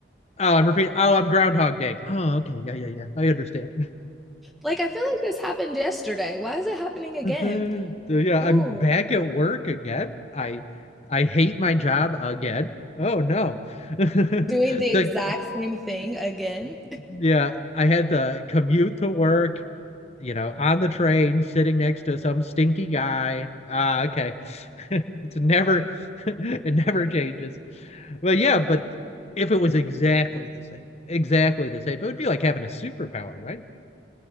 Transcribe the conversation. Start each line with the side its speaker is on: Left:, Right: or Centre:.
Left: oh, I'm repeating, oh, I'm Groundhog Day. Oh, okay, yeah, yeah, yeah, I understand.
Centre: like I feel like this happened yesterday. Why is it happening again?
Left: <laughs> Yeah,
Centre: Ooh,
Left: I'm back at work again. I I hate my job again. Oh no. <laughs> The
Centre: doing the exact same thing again.
Left: yeah, I had to commute to work, you know, on the train, sitting next to some stinky guy. Ah, okay. <laughs> It's never <laughs> it never changes. But yeah, but if it was exactly the same, exactly the same, it would be like having a superpower, right?